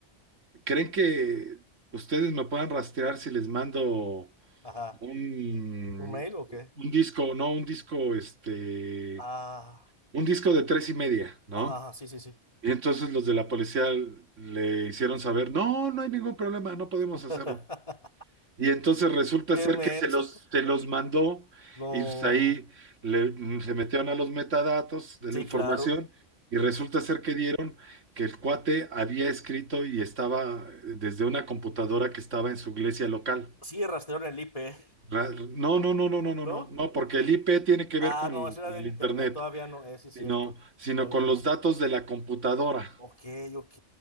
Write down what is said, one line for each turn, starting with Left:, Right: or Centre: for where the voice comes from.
Right: ¿creen que ustedes me puedan rastrear si les mando
Left: Ajá.
Right: un,
Left: ¿Un mail o qué?
Right: un disco, no, un disco, este,
Left: Ah.
Right: un disco de tres y media, ¿no?
Left: Ajá, sí, sí, sí.
Right: Y entonces los de la policía le hicieron saber, no, no hay ningún problema, no podemos
Left: <laughs>
Right: hacerlo. Y entonces resulta
Left: Qué
Right: ser
Left: menso.
Right: que se los, se los mandó
Left: No.
Right: y pues ahí le- mm, se metieron a los metadatos de
Left: Sí,
Right: la información
Left: claro.
Right: y resulta ser que dieron que el cuate había escrito y estaba desde una computadora que estaba en su iglesia local.
Left: Sí, rastreo en el IP,
Right: Ra- No, no, no, no, no,
Left: ¿no?
Right: no, no, no, porque
Left: ¿O qué?
Right: el IP tiene que
Left: Ah,
Right: ver con,
Left: no, ese
Right: con
Left: era del
Right: el internet,
Left: internet, todavía no. Es, sí, cierto.
Right: sino, sino
Left: Todavía
Right: con
Left: no.
Right: los datos de la computadora.
Left: Ok, ok.